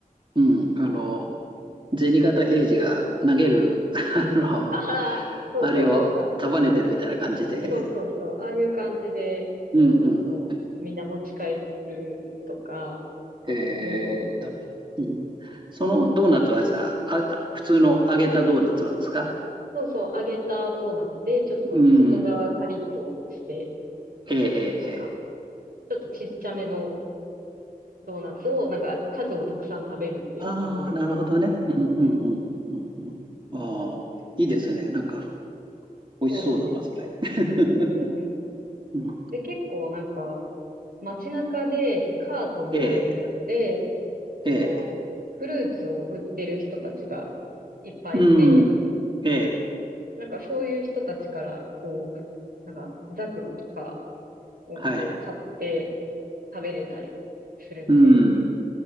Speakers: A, on the right (about 30°); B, on the right (about 75°).
A: うん。あの、銭形平次が投げる、<laughs> あの、
B: ああ、そうそう。
A: あれを束ねてるみたいな感じで。
B: な、すそうそうそう。ああいう感じでドーナツをみんな持ち帰るとか、
A: うん、うん、うん。えー、
B: う
A: なるほど。
B: ん。
A: うん、そのドーナツはさ、あ、あ普通の揚げたドーナツなんですか
B: そうそう、揚げたドーナツで、ちょっと外側カリッとして、
A: うん。ええ、ええ、
B: なんか、
A: ええ。
B: ちょっとちっちゃめのドーナツを、なんか、数をたくさん食べるっていう感じですね。
A: ああ、なるほどね。うん、
B: うん、
A: うん、うん、うん、うん。ああ、いいですね。なんか、美味しそうだな、
B: そうなんですよ。
A: それ。<laughs>
B: うん。
A: うん、
B: で、結構なんか、街中でカートみたいなやつで、
A: ええ、ええ。
B: こう、フルーツを売ってる人たちがいっぱいいて、
A: うん。ええ、
B: なんかそういう人たちから、こう、なんか、ザクロとかをこう買って
A: はい。
B: 食べれたりするので、
A: うん。